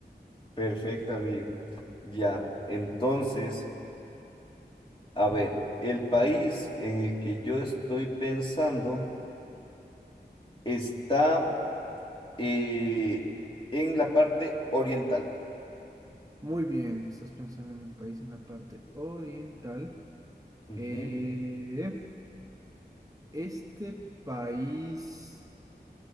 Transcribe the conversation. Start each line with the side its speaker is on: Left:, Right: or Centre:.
Left: Perfecto, amigo. Ya, entonces, a ver, el país en el que yo estoy pensando está eh, en la parte oriental.
Right: Muy bien, estás pensando en un país en la parte oriental.
Left: Ujú.
Right: Eh, este país